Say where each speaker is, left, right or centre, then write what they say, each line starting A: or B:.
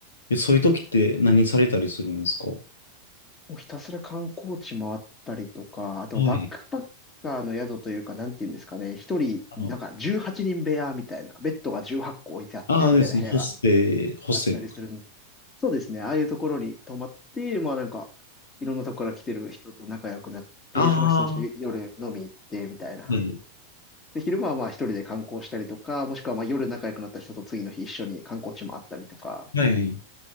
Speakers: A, on the left; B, on the left.
A: え、そういう時って何されたりするんですかは
B: <laughs> もうひたすら観光地回ったりとか、あと、
A: い。
B: バックパッカーの宿というか、なんていうんですかね、一人、
A: あの、
B: なんか、18人部屋みたいな、ベッドが18個置いてあって、
A: ああですね、
B: みたいな部屋が
A: ホステ、ホステルか。
B: あったりするんですそうですね。ああいうところに泊まって、まあなんか、いろんなとこから来てる人と仲良くなって、
A: ああ、
B: その人たちと夜飲み行ってみたいな。
A: はい。
B: で、昼間はまあ一人で観光したりとか、もしくはまあ夜仲良くなった人と次の日一緒に観光地もあったりとか、
A: はい。